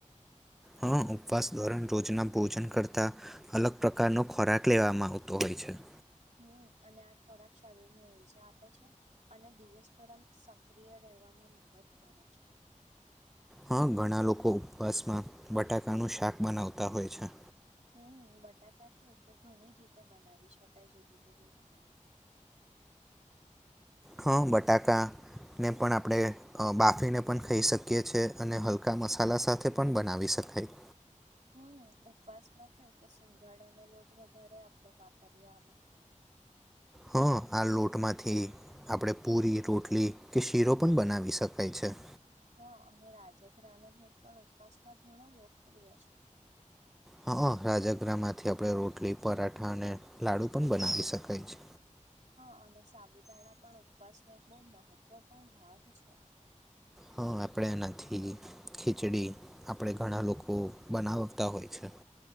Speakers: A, in the centre; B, on the right.
A: હા, ઉપવાસ ધોરણ રોજના ભોજન કરતા. અલગ પ્રકારનો ખોરાક લેવામાં આવતો હોય છે.
B: હમ્મ અને આ ખોરાક શરીરને ઊર્જા આપે છે. અને દિવસભર આમ સક્રિય રહેવામાં મદદ કરે છે.
A: હા, ઘણા લોકો ઉપવાસમાં બટાકાનું શાક બનાવતા હોય છે.
B: હમ્મ, બટાકા કેવું કે ઘણી રીતે બનાવી શકાય જુદી જુદી રીતે.
A: હં બટાકાને પણ આપડે બાફીને પણ ખાઈ શકીએ છીએ અને હલકા મસાલા સાથે પણ બનાવી શકાય.
B: હમ્મ, ઉપવાસ માં કેવું કે સિંગાડાનો લોટ વધારે આપડે વાપરીએ આમાં.
A: હા, આ લોટમાંથી આપડે પુરી, રોટલી કે શીરો પણ બનાવી શક કાય છે.
B: હા અને રાજઘ્રનો પણ ઉપસમાં ઘણો લોકપ્રિય છે.
A: હા, રાજગ્રહમાંથી આપડે રોટલી, પરાઠા અને લાડુ પણ બનાવી શકાય છે.
B: હા અને સાબુદાણા પણ ઉપવાસનો એક બો મહત્વપૂર્ણ ભાગ છે.
A: હા, આપડે એનાથી ખીચડી, આપડે ઘણા લોકો બનાવતા હોય છે.